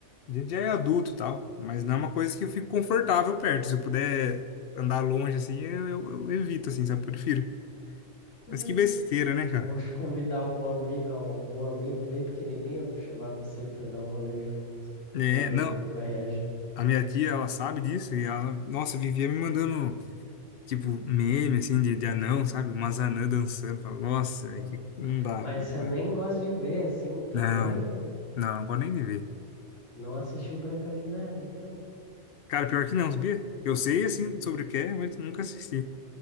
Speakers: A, on the left (about 60°); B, on the left (about 85°).
A: A gente já é adulto e tal, mas não é uma coisa que eu fico confortável perto. Se eu puder andar longe assim, eu, eu- eu evito, assim, sabe? Eu prefiro.
B: É,
A: Mas que besteira, né, cara?
B: Vou te convidar algum, ami- algum amigo bem pequenininho, chamar você pra dar um rolê junto,
A: É,
B: pra ver
A: não,
B: como que vai reagir.
A: a minha tia, ela sabe disso e ela, nossa, vivia me mandando, tipo, meme, assim, de, de anão, sabe? Umas anãs dançando. Fala, nossa, velho,
B: Uhum.
A: que não dá,
B: Mas
A: não
B: você
A: vai.
B: nem gosta de ver, assim, também
A: Não,
B: eu
A: não, não gosto nem de ver.
B: não assistiu Branca de Neve, então.
A: Cara, pior que não, sabia? Eu sei, assim, sobre o que é, mas nunca assisti.